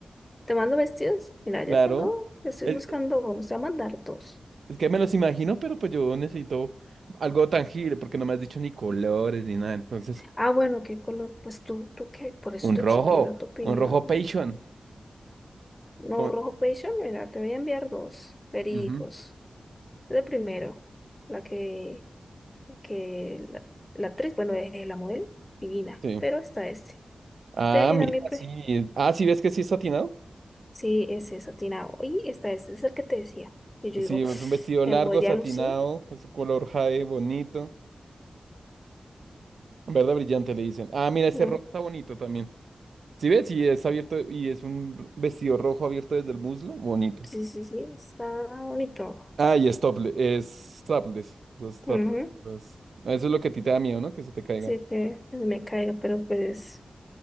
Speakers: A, on the left (about 20°); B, on the right (about 80°).
A: ¿Te mando vestidos? Mira,
B: Claro.
A: ya tengo, estoy
B: Es-
A: buscando, no sé, a mandar dos.
B: Es que me los imagino, pero pues yo necesito algo tangible, porque no me has dicho ni colores ni nada. Entonces,
A: Ah, bueno, ¿qué color? Pues tú, tú qué, por eso
B: un
A: te
B: rojo,
A: estoy pidiendo tu opinión.
B: un rojo Passion.
A: No,
B: con-
A: rojo pecho, mira, te voy a enviar dos, verídicos.
B: Ujú,
A: El primero, la que que la, la actriz, bueno, es la modelo divina,
B: Sí.
A: pero está este.
B: Ah,
A: Ese era
B: mira,
A: mi pre.
B: sí. Ah, sí, ¿ves que sí es satinado?
A: Sí, ese es atinado. Y está ese es el que te decía. Y yo
B: Sí,
A: digo,
B: es
A: <sniffs>
B: un vestido
A: <sighs> me
B: largo,
A: voy de
B: satinado,
A: alucin.
B: es un color jade bonito. Verde brillante le dicen. Ah, mira, ese
A: Mm,
B: rojo está bonito también. ¿Sí ves? Y es abierto y es un vestido rojo abierto desde el muslo. Bonito.
A: sí, sí, sí, está bonito.
B: Ah, y es tople, es strapless. Los strapless.
A: Ujú,
B: los- Eso es lo que a ti te da miedo, ¿no? Que se te caiga.
A: Sí, que me caiga, pero pues,